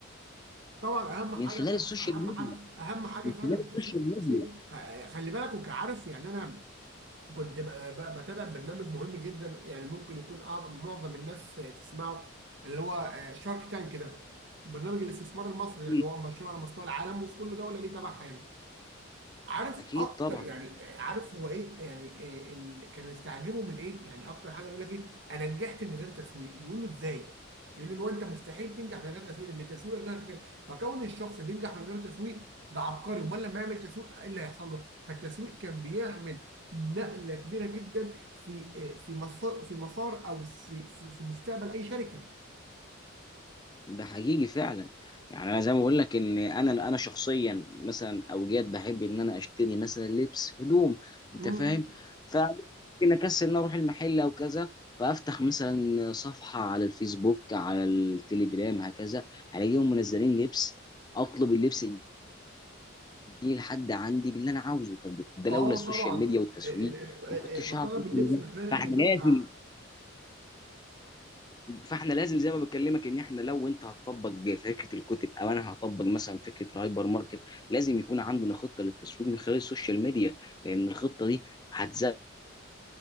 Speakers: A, on the right (about 55°); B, on the left (about 20°).
A: طبعا اهم حاجه
B: من خلال
A: اهم
B: السوشيال ميديا
A: اهم حاجه اهم حاجه
B: من
A: فعلا
B: خلال
A: التسويق
B: السوشيال
A: التسويق
B: ميديا
A: خ- خلي بالك وكعارف يعني انا كنت ب- ب- بتابع برنامج مهم جدا يعني ممكن يكون اعظم معظم الناس تسمعه اللي هو شارك تانك كده برنامج الاستثمار المصري ده
B: اكيد
A: اللي هو مشهور على مستوى العالم وفي كل دوله ليه تبعها يعني عارف
B: اكيد
A: اكتر
B: طبعا
A: يعني عارف هو ايه يعني إيه ال... كانوا يستعجبوا من ايه يعني اكتر حاجه يقول لك ايه انا نجحت من غير تسويق يقول له ازاي يقول له لو انت مستحيل تنجح من غير تسويق لان التسويق الجهل كبير فكون الشخص بينجح من غير تسويق ده عبقري امال لما يعمل تسويق ايه اللي هيحصل له فالتسويق كان بيعمل نقله كبيره جدا في آه، في مسار في مسار او في في, في مستقبل اي شركه
B: ده حقيقي فعلا يعني انا زي ما بقول لك ان انا انا شخصيا مثلا اوجات بحب ان انا اشتري مثلا لبس هدوم انت
A: مم.
B: فاهم فممكن اكسل ان أنا اروح المحل او كذا فافتح مثلا صفحه على الفيسبوك على التليجرام هكذا الاقيهم منزلين لبس اطلب اللبس يجي لحد عندي باللي انا عاوزه طب ده
A: اه
B: لولا السوشيال
A: طبعا
B: ميديا والتسويق
A: ال- ال-
B: ما كنتش
A: ال-
B: هعرف
A: طلب
B: أوصل
A: اللبس
B: لده.
A: من خلال الانترنت
B: فاحنا لازم
A: ده
B: فاحنا لازم زي ما بكلمك ان احنا لو انت هتطبق فكره الكتب او انا هطبق مثلا فكره الهايبر ماركت لازم يكون عندنا خطه للتسويق من خلال السوشيال ميديا لان الخطه دي هتزود